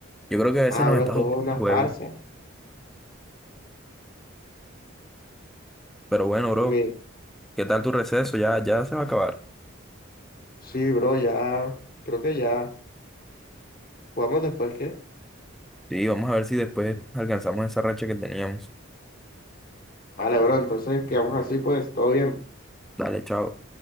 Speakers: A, in the centre; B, on the left (about 45°).
A: Yo creo que a veces
B: Ahora
A: nos está
B: todo
A: jugando
B: una
A: el juego.
B: farsa.
A: Pero bueno,
B: También.
A: bro, ¿qué tal tu receso? Ya, ya se va a acabar.
B: Sí, bro, ya. Creo que ya jugamos después, ¿qué?
A: Sí, vamos a ver si después alcanzamos esa racha que teníamos.
B: Vale, bro, entonces quedamos así, pues todo bien.
A: Dale, chao.